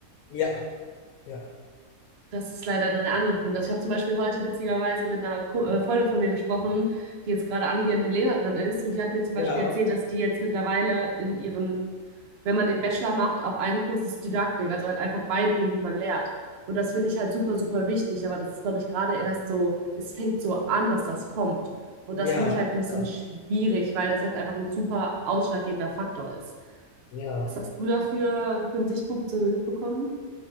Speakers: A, on the left; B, on the right.
A: Ja, ja,
B: Das ist leider dann der andere Punkt. Also ich habe zum Beispiel heute witzigerweise mit einer Ko- äh, Freundin von mir gesprochen, die jetzt gerade angehende Lehrerin ist und die hat mir zum Beispiel
A: ja,
B: erzählt, dass die jetzt mittlerweile in ihren, wenn man den Bachelor macht, auch einen Kurs ist Didaktik, also halt einfach beibringen, wie man lehrt. Und das finde ich halt super, super wichtig, aber das ist, glaube ich, gerade erst so, es fängt so an, dass das kommt. Und
A: ja,
B: das finde ich halt ein bisschen
A: ja. ja,
B: schwierig, weil das halt einfach ein super ausschlaggebender Faktor ist.
A: ja.
B: Was hast du dafür für einen Sichtpunkt beziehungsweise mitbekommen?